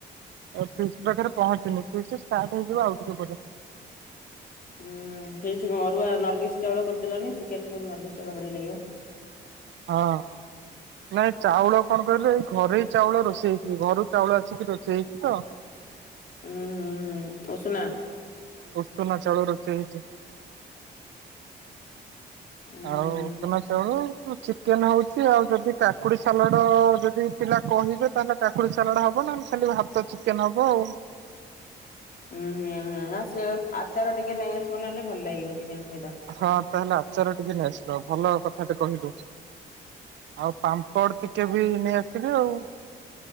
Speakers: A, on the right; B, on the left.
A: ଅଫିସ୍ ପାଖରେ ପହଞ୍ଚିନି ଫୀଷ୍ଟି ଷ୍ଟାର୍ ହେଇଯିବ ଆଉ ଟିକେ ପରେ।
B: <inaudible> ହଁ ହେଇଚି କ ଅରୁଆ ନରଗିଶ ଚାଉଳ କରିଦେଲନି ଚିକେନକୁ ନରଗିସ ଚାଉଳ ବଢିଆ ଲାଗିବ।
A: ହଁ ନାଇଁ ଚାଉଳ କଣ କହିଲେ ଏଇ ଘରେଇ ଚାଉଳ ରୋଷେଇ ହେଇଛି ଘରୁ ଚାଉଳ ଆସିକି ରୋଷେଇ ହେଇଛି ତ।
B: ଉୁଁ ହୁଁ ହୁଁ ଉସୁୁନା।
A: ଉସୁନା ଚାଉଳ ରୋଷେଇ ହେଇଛି।
B: ଉୁଁ
A: ଆଉ
B: ହୁଁ
A: ଉଷୁନା ଚାଉଳ ଉ। ଚିକେନ ହଉଛି ଆଉ ଯଦି କାକୁଡି ସାଲାଡ଼ ଯଦି ପିଲା କହିବେ ତାହେଲେ କାକୁଡି ସାଲାଡ଼ ହବ ନ ସେମତି ଭାତ ଚିକେନ ହବ ଆଉ।
B: ହୁଁ ହୁଁ ହୁଁ ଆଉ ସେ ଆଚାର ଟିକେ ନେଇ ଆସିବ ନହେଲେ ଭଲ ଲାଗିବ। ଚିକେନ ସହିତ।
A: ହଁ ତାହେଲେ ଆଚାର ଟିକେ ନେଇଆସିବ ଭଲ କଥାଟେ କହିଲୁ। ଆଉ ପାମ୍ପଡ ଟିକେ ବି ନେଇ ଆସିବେ ଆଉ।